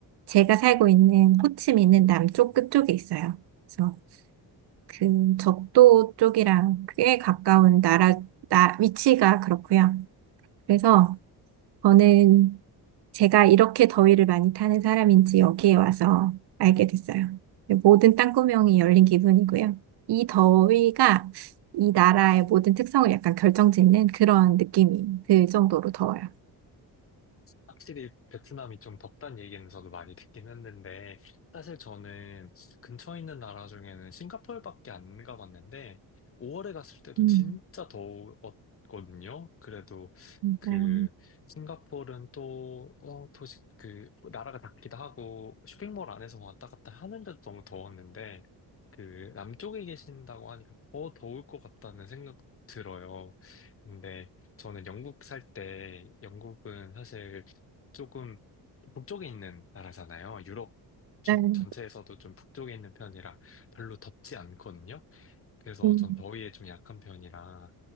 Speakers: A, on the right (about 80°); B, on the left (about 35°).
A: 제가 살고 있는 호치민은 남쪽 끝쪽에 있어요. 그래서 그 적도 쪽이랑 꽤 가까운 나라, 나, 위치가 그렇고요. 그래서 저는 제가 이렇게 더위를 많이 타는 사람인지 여기에 와서 알게 됐어요. 모든 땅구멍이 열린 기분이고요. 이 더위가 이 나라의 모든 특성을 약간 결정짓는 그런 느낌이 들 정도로 더워요.
B: 확실히 베트남이 좀 덥단 얘기는 저도 많이 듣긴 했는데, 사실 저는 근처에 있는 나라 중에는 싱가포르밖에 안 가봤는데, 5월에 갔을 때도
A: 음,
B: 진짜 더웠거든요. 그래도
A: 맞아요.
B: 그 싱가포르는 또, 어, 도시, 그, 나라가 작기도 하고, 쇼핑몰 안에서 왔다 갔다 하는데도 너무 더웠는데, 그, 남쪽에 계신다고 하니까 더 더울 것 같다는 생각 들어요. 근데, 저는 영국 살 때, 영국은 사실 조금 북쪽에 있는 나라잖아요. 유럽 주-
A: 네.
B: 전체에서도 좀 북쪽에 있는 편이라 별로 덥지 않거든요. 그래서
A: 음.
B: 전 더위에 좀 약한 편이라